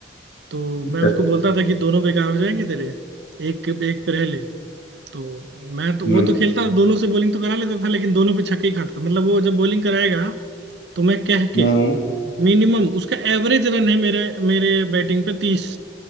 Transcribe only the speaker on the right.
तो
मैं उसको बोलता था कि दोनों बेकार हो जाएंगे तेरे एक एक पे रह ले तो मैं तो
वो तो खेलता दोनों से बॉलिंग तो करा लेता था लेकिन दोनों पे छक्के ही खाता था मतलब वो जब बॉलिंग कराएगा तो मैं कह
के मिनिमम उसका एवरेज रन है मेरे मेरे बैटिंग पे तीस